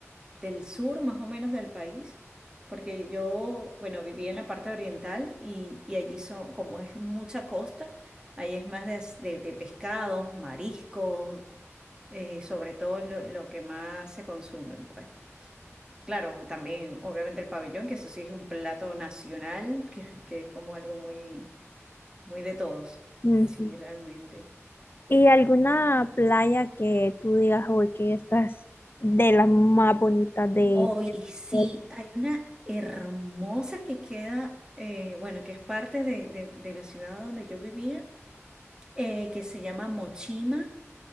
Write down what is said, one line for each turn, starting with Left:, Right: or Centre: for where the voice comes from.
Right: del sur más o menos del país, porque yo, bueno, viví en la parte oriental y, y allí son, como es mucha costa, ahí es más de, as- de- de pescados, mariscos, eh, sobre todo lo, lo que más se consumen, pues. Claro, también obviamente el pabellón, que eso sí es un plato nacional, que, que es como algo muy, muy de todos.
Left: Ujú.
Right: Sí, realmente.
Left: ¿Y alguna playa que tú digas, hoy que esta es de las más bonitas de...
Right: Hoy sí,
Left: de-
Right: hay una hermosa que queda, eh, bueno, que es parte de, de- de la ciudad donde yo vivía, eh, que se llama Mochima.